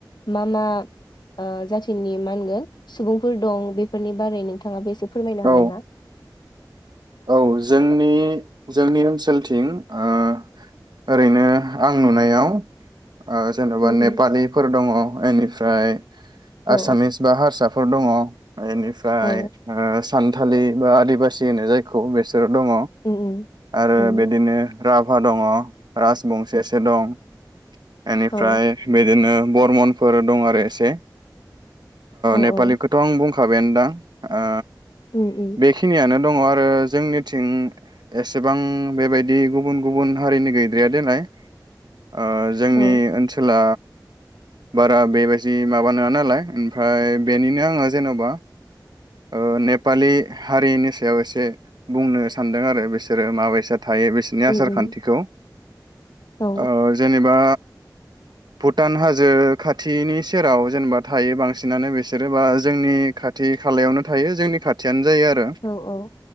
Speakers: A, on the left; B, on the right.
A: मा मा ओ जाथिनि मा होनगोन सुबुंफोर दं बेफोरनि बारै नोंथाङा एसे फोरमायनो हागोन
B: औ
A: ना।
B: औ जोंनि जोंनि ओनसोलथिं ओ ओरैनो आं नुनायाव ओ जेन'बा
A: उम
B: नेपालिफोर
A: उम
B: दङ एनि फ्राय
A: औ
B: आसामिस बा हारसा फोर दङ। इनिफ्राय
A: औ
B: ओ सानथालि बा आदिबासि होनो जाय खौ बेस सोर दङ
A: उम उम
B: आरो
A: उम
B: बिदिनो। राभा दङ राजबंसि एसे दं एनिफ्राय
A: औ
B: बिदिनो बरमनफोर दं आरो एसे
A: औ
B: नेपालिखौथ'
A: औ
B: आं बुंखां खाबायानोदां ओ
A: उम उम
B: बेखिनियानो दङ ओ जोंनिथिं एसेबां बेबायदि गुबुन गुबुन हारिनि गैद्राया देलाय ओ जोंनि
A: औ
B: ओनसोला बारा बेबायदि माबा नंङा नालाय ओमफ्राय बेनिनो आंङो जेन'बा ओ नेपालि हारिनि सायाव एसे बुंनो सानदों आरो बिसोरो माबायसा थायो बिसोरनि
A: उम
B: आसार
A: उम
B: खान्थिखौ
A: औ
B: ओ जेनेबा भुटान हाजो खाथिनि सेराव जेनेबा थायो बांसिनानो बिसोरो बा जोंनि खाथि खालायावनो थायो जोंनि खाथियानो जायो आरो
A: औ औ